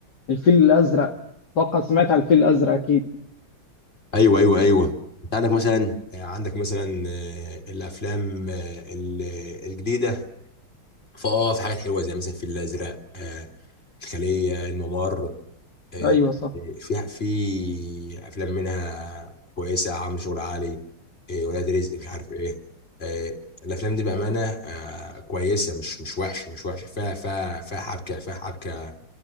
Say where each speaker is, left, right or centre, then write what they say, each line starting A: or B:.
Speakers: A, on the left; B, on the left.
A: الفيل الازرق اتوقع سمعت عن الفيل الازرق اكيد
B: ايوه ايوه ايوه انت عندك مثلا آه، عندك مثلا آه، الافلام آه، ال- الجديده فاه في حاجات حلوه زي مثلا الفيل الازرق آه، الخليه الممر آه،
A: ايوه صح
B: في في افلام منها كويسه عامل شغل عالي آه، ولاد رزق مش عارف ايه آه، الافلام دي بامانه آه، كويسه مش مش وحش مش وحش فيها فيها فيها حبكه فيها حبكه